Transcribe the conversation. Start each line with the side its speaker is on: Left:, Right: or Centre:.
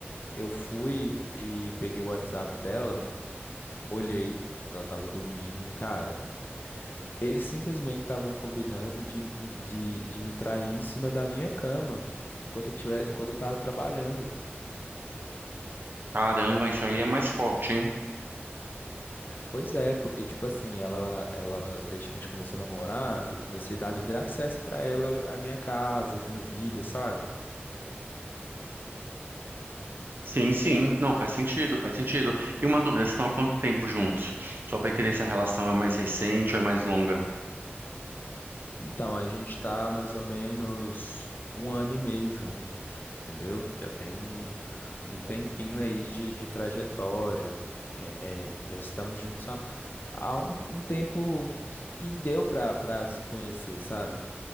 Left: Eu fui e peguei o WhatsApp dela, olhei, ela tava dormindo, e, cara. Eles simplesmente estavam combinando de, me- de, de me trair em cima da minha cama, enquanto eu tiver, enquanto eu tava trabalhando.
Right: Caramba, isso aí é mais forte, hein?
Left: Pois é, porque, tipo assim, ela, ela, desde que a gente começou a namorar, eu comecei a dar livre acesso pra ela, a minha casa, a minha vida, sabe?
Right: Sim, sim. Não, faz sentido, faz sentido. E uma dúvida, vocês estão há quanto tempo juntos? Só para entender se a relação é mais recente ou é mais longa.
Left: Então, a gente tá mais ou menos um ano e meio juntos, entendeu? Já tem um, um tempinho aí de, de trajetória. É, é, já estamos juntos há, há um, um tempo que, que deu pra, pra se conhecer, sabe?